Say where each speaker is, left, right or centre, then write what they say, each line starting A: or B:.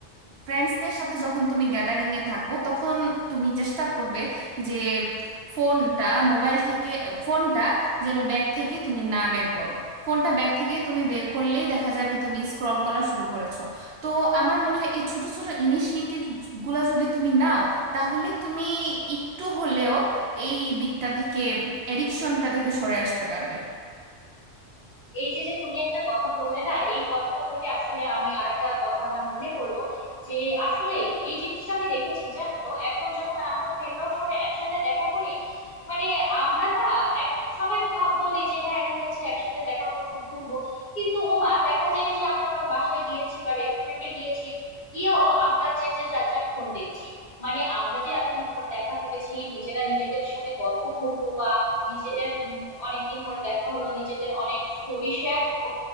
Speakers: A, on the right; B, on the left.
A: ফ্রেন্ডসদের সাথে যখন তুমি গ্যাদারিং এ থাকো তখন তুমি চেষ্টা করবে যে ফোনটা মোবাইল থেকে ফোনটা যেন ব্যাগ থেকে তুমি না বের করো ফোনটা ব্যাগ থেকে তুমি বের করলেই দেখা যাবে তুমি স্ক্রল করা শুরু করেছো তো আমার মনে হয় এই ছোট ছোট ইনিশিয়েটিভ গুলো যদি তুমি নাও তাহলে তুমি একটু হলেও এই দিকটা থেকে এডিকশনটা থেকে সরে আসতে পারবে
B: এই যে যে তুমি একটা কথা বললে না এই কথাটা থেকে আসলে আমি আর একটা কথা আমার মনে পড়লো যে আসলে এই জিনিসটা আমি দেখেছি জানো তো এখন যখন আমরা ফ্রেন্ডরাও সবাই একসাথে দেখা করি মানে আমরা না এক সবাই ভাব বলি যে হ্যাঁ ঠিক আছে একসাথে দেখা করব ঘুরবো কিন্তু ও মা দেখা যায় যে আমরা কারো বাসায় গিয়েছি বা রেস্টুরেন্টে গিয়েছি গিয়েও আমরা যে যে যার যার ফোন দেখছি মানে আমরা যে এতদিন পর দেখা করেছি নিজেরা নিজেদের সাথে গল্প করব বা নিজেদের উম, অনেকদিন পর দেখা হলো নিজেদের অনেক স্টোরি শেয়ার করব